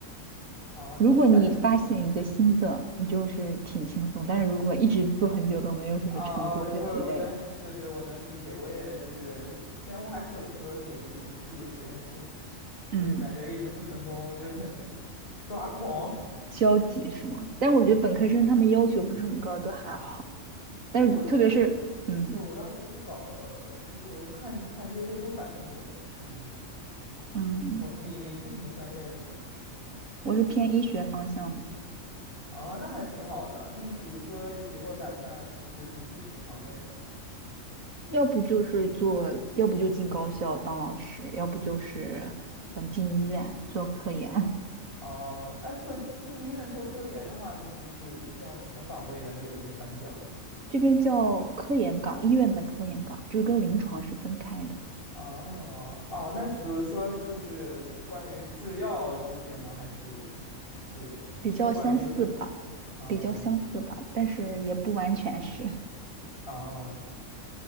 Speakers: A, on the left; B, on the right.
A: 哦，
B: 如果你发现一个新的，
A: 你是啥？
B: 你就是挺轻松，但是如果一直做很久都没有什么成果，
A: 啊啊，
B: 就很累。
A: 我我能，对对，我能理解。我也就是，虽然我还是本科的时候，就是去过实验室，就感觉一直不成功，
B: 嗯，
A: 就很抓狂。
B: 消极是吗？但我觉得本科生他们要求不是很高，
A: 嗯，
B: 都还好。但是特别是，
A: 对，我是，
B: 嗯
A: 对，我当时是搞，呃就是我焊焊接电路板的时候在那边。
B: 嗯，
A: 然后你你是什么专业的呢？
B: 我是偏医学方向的，
A: 啊，那还挺好的。那你比如说以后打算就是从事什么行业呢？
B: 要不就是做，要不就进高校当老师，要不就是嗯进医院做科研。<laughs>
A: 哦、哎，做进医院做科研的话，你就是叫什么岗位呢？这个英语班叫。
B: 这边叫科研岗，医院的科研岗，就是跟临床是分开的，
A: 哦哦，那就比如说，就是关于制药这些吗？还是就是是关于这些吗？
B: 比较相似吧，
A: 哦
B: 比较相似吧，但是也不完全是。<laughs>
A: 哦，